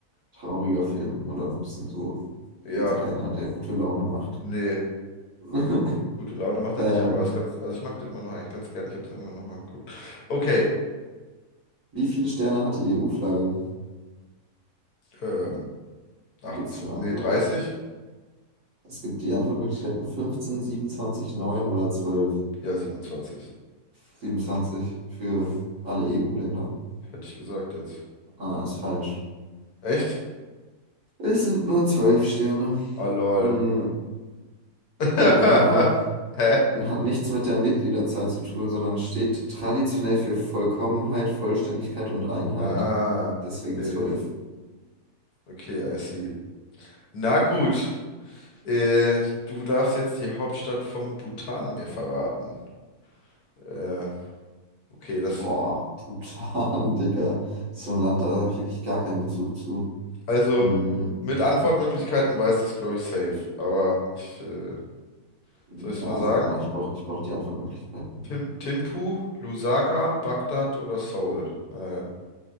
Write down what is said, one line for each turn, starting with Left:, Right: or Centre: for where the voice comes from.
Right: Trauriger Film oder ein bisschen so,
Left: Ja,
Right: jetzt keiner, der gute Laune macht.
Left: nee,
Right: <laughs>
Left: gute Laune macht er
Right: Ähm,
Left: nicht, aber ist ganz, also ich mag den immer noch eigentlich ganz gerne. Ich habe den irgendwann nochmal geguckt. Okay,
Right: wie viele Sterne hat die EU-Flagge?
Left: ähm, 28,
Right: Jetzt eine Antwort.
Left: nee, 30?
Right: Es gibt die Antwortmöglichkeiten 15, 27, 9 oder 12.
Left: Ja, siebenundzwanzig
Right: 27 für alle EU-Länder.
Left: Hätte ich gesagt jetzt.
Right: Ah, ist falsch.
Left: Echt?
Right: Es sind nur 12 Sterne.
Left: Oh, lol.
Right: Hm,
Left: <laughs>
Right: aber keine Ahnung.
Left: Hä?
Right: Hat nichts mit der Mitgliederzahl zu tun, sondern steht traditionell für Vollkommenheit, Vollständigkeit und Einheit.
Left: Ah,
Right: Deswegen
Left: okay,
Right: 12.
Left: okay, I see. Na gut, äh, du darfst jetzt die Hauptstadt vom Bhutan mir verraten. Äh, okay, das,
Right: Boah, Bhutan, <laughs> Digga. So ein Land, da habe ich wirklich gar keinen Bezug zu.
Left: Also
Right: Mm,
Left: mit Antwortmöglichkeiten weiß das, glaube ich, safe. Aber ich, äh,
Right: ja,
Left: soll ich es mal sagen?
Right: sag mal, ich brauche ich brauch die Antwortmöglichkeiten.
Left: Tim, Timpu, Lusaka, Bagdad oder Seoul? Äh,